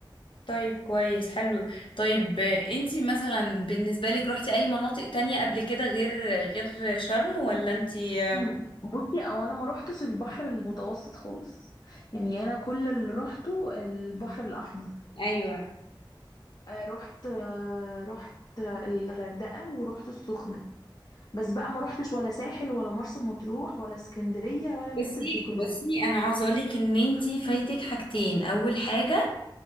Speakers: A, on the left; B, on the left.
A: طيب كويس حلو طيب آه، انتي مثلا بالنسبة لك روحتي اي مناطق تانية قبل كده غير غير شرم ولا انتي آه،
B: مم. بصي او انا ما روحتش البحر المتوسط خالص يعني انا كل اللي روحته البحر الاحمر
A: ايوه
B: آه، رحت آه، رحت الغردقه ورحت السخنه بس بقى ما روحتش ولا ساحل ولا مرسى مطروح ولا اسكندريه ولا الحتت
A: بصي
B: دي كلها
A: بصي انا عاوزه اقول لك ان انتي فايتك حاجتين اول حاجه